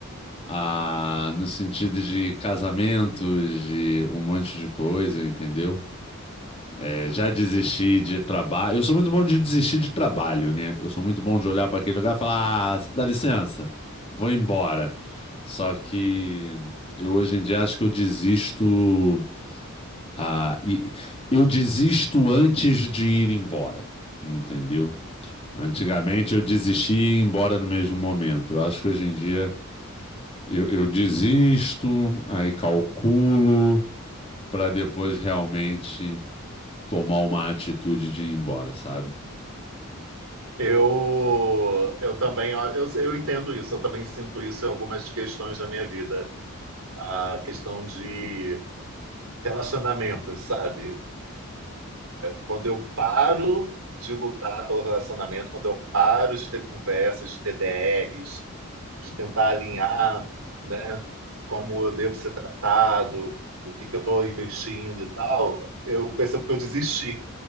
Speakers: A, on the left; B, on the right.
A: Ah, no sentido de casamentos, de um monte de coisa, entendeu? É, já desisti de trabalho. Eu sou muito bom de desistir de trabalho, né? Eu sou muito bom de olhar para aquele lugar e falar: ah, dá licença, vou embora. Só que eu hoje em dia acho que eu desisto. Ah, e, eu desisto antes de ir embora, entendeu? Antigamente eu desistia e ia embora no mesmo momento. Eu acho que hoje em dia eu, eu desisto, aí calculo para depois realmente tomar uma atitude de ir embora, sabe?
B: Eu, eu também, ó, eu, eu entendo isso, eu também sinto isso em algumas questões da minha vida. A questão de relacionamentos, sabe? Quando eu paro de lutar pelo relacionamento, quando eu paro de ter conversas, de ter DRs, de tentar alinhar, né, como eu devo ser tratado, o que que eu estou investindo e tal, eu percebo que eu desisti.